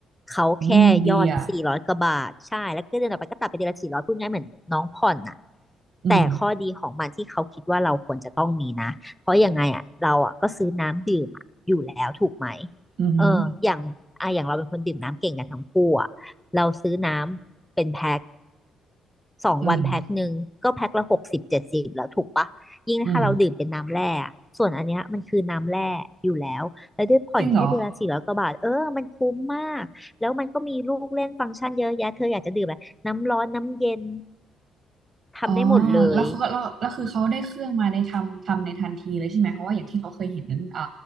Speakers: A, in the centre; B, on the right (about 65°).
A: เขาแค่ยอดสี่ร้อยกว่าบาทใช่แล้วก็เดือนต่อไปก็ตัดไปเดือนละสี่ร้อยพูดง่ายเหมือนน้องผ่อนน่ะ
B: อืมดีอ่ะอืม
A: แต่ข้อดีของมันที่เขาคิดว่าเราควรจะต้องมีนะเพราะยังไงอ่ะเราอ่ะก็ซื้อน้ำดื่มอะอยู่แล้วถูกไหม
B: อือหือ
A: เอออย่างอ่ะอย่างเราเป็นคนดื่มน้ำเก่งกันทั้งคู่อ่ะเราซื้อน้ำเป็นแพ็ค สองวันแพ็คหนึ่งก็แพ็คละหกสิบเจ็ดสิบแล้วถูกปะยิ่งถ้าเราดื่มเป็นน้ำแร่ส่วนอันเนี้ยมันคือน้ำแร่อยู่แล้วแล้วด้วยผ่อนแค่เดือนละสี่ร้อยกว่าบาทเออมันคุ้มมากแล้วมันก็มีลูกเล่นฟังก์ชันเยอะแยะเธออยากจะดื่มอะไรน้ำร้อนน้ำเย็น
B: อืมอืมจริงเหรอ
A: ทำได้หมดเลย
B: อ๋อแล้วเขาก็แล้วแล้วคือเขาได้เครื่องมาในทำทำในทันทีเลยใช่ไหม เพราะว่าอย่างที่เขาเคยเห็นนั้นอ่า